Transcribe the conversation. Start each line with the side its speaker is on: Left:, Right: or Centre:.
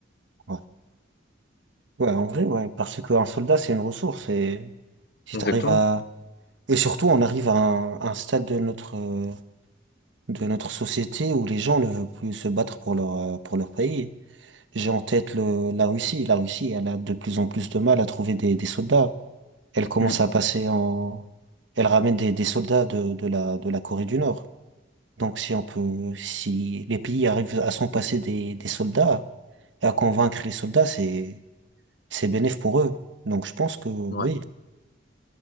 Right: Ouais. Ouais, en vrai, ouais, parce qu'un soldat, c'est une ressource et si
Left: Exactement.
Right: t'arrives à, et surtout, on arrive à un, un stade de notre, euh, de notre société où les gens ne veulent plus se battre pour leur, euh, pour leur pays. J'ai en tête le, la Russie. La Russie, elle a de plus en plus de mal à trouver des, des soldats. Elle commence
Left: Mmh.
Right: à passer en, elle ramène des, des soldats de, de la, de la Corée du Nord. Donc si on peut, si les pays arrivent à s'en passer des, des soldats et à convaincre les soldats, c'est c'est bénéf pour eux. Donc je pense que oui.
Left: Ouais.